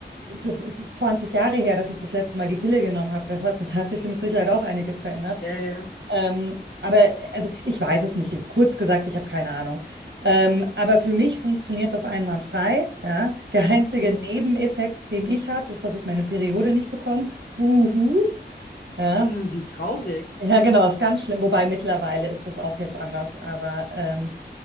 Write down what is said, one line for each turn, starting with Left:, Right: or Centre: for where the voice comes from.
Right: das ist 20 Jahre her, dass ich das letzte Mal die Pille genommen habe. Das hat sich, da hat sich mit Sicherheit auch einiges verändert.
Left: Ja, ja.
Right: Ähm, aber also ich weiß es nicht. Kurz gesagt, ich habe keine Ahnung. Ähm, aber für mich funktioniert das einwandfrei. Ja? Der einzige
Left: Mhm.
Right: Nebeneffekt, den ich habe, ist, dass ich meine Periode nicht bekomme. Buhu. Ja.
Left: Mhm, Wie traurig.
Right: Ja, genau, ist ganz schlimm. Wobei mittlerweile ist das auch jetzt anders. Aber, ähm,